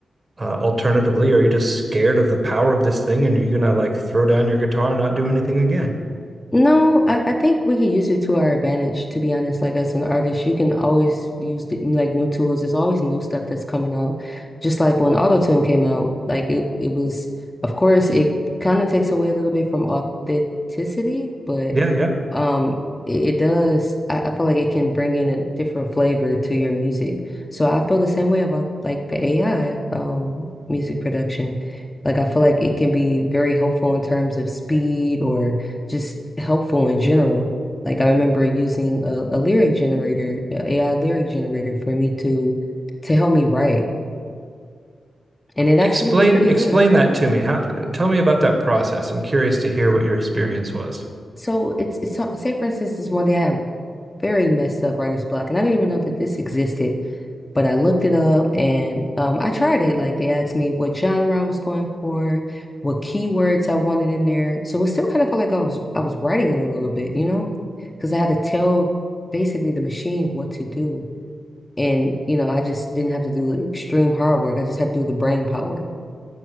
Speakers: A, on the right; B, on the left.
A: uh, alternatively, are you just scared of the power of this thing and you're gonna like throw down your guitar and not do anything again?
B: No, I, I think we could use it to our advantage, to be honest. Like as an artist, you can always use the, like new tools. There's always new stuff that's coming out. Just like when Auto-Tune came out, like it it was, of course, it kind of takes away a little bit from authenticity, but
A: Yeah, yeah.
B: um it, it does I, I feel like it can bring in a different flavor to your music. So I feel the same way about like the AI um music production. Like I feel like it can be very helpful in terms of speed or just helpful in general. Like I remember using a, a lyric generator, a AI lyric generator for me to to help me write, and it actually
A: Explain
B: was pretty
A: explain
B: good.
A: that to me. How tell me about that process. I'm curious to hear what your experience was.
B: So it's it's so- say for instance, this one day I had very messed up writer's block, and I didn't even know that this existed, but I looked it up and um, I tried it. Like they asked me what genre I was going for, what keywords I wanted in there, so it still kind of felt like I was I was writing it a little bit, you know, because I had to tell basically the machine what to do. And, you know, I just didn't have to do the extreme hard work. I just had to do the brain power.